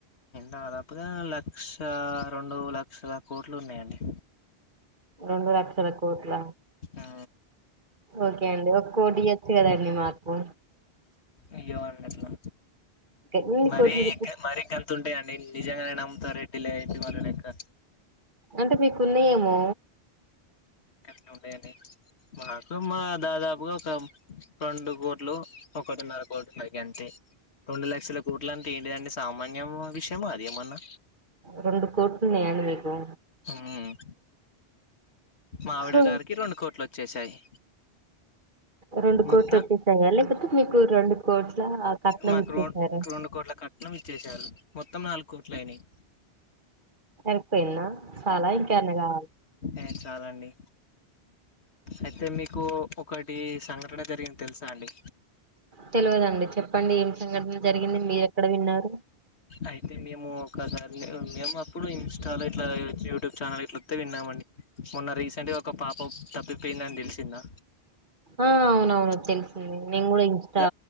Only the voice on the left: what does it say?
దాదాపుగా లక్ష రెండు లక్షల కోట్లు ఉన్నాయండి.
ఆ
ఇయ్యమండి ఇట్లా
మరి
మరి గ, తుంటాయి అడి నిజంగానే నమ్ముతారు రెడ్టి లేంటి వాళ్ళ ఇంకా,
కట్టలు ఉంటాయి అండి మాకు మా దాదాపుగా ఒక రెండు కోట్లు, ఒకటిన్నర కోట్లు మాకు ఎంతే, రెండు లక్షల కోట్లను తండేదండి సామాన్య విషయమ అదేమన్నా,
ఉహుమ్ మావిడ
గారికి రెండు కోట్లు వచ్చేసాయి.
మొత్తం
మాకు
రో రెండు కోట్ల కట్నం. నం ఇచ్చేశారు మొత్తం నాలుగు కోట్ల అయినాయి.
ఏ చాలండి. అయితే మీకు ఒకటి సంఘటన జరిగింది తెలుసా అండి.
అయితే మేము ఒకసారి మేము అప్పుడు ఇన్స్టాలో ఇట్లా యూట్యూబ్ ఛానల్ ఇట్లా, తెగ విన్నామండి మొన్న రీసెంట్గా ఒక పాప తప్పిపోయిందని తెలిసింద,
ద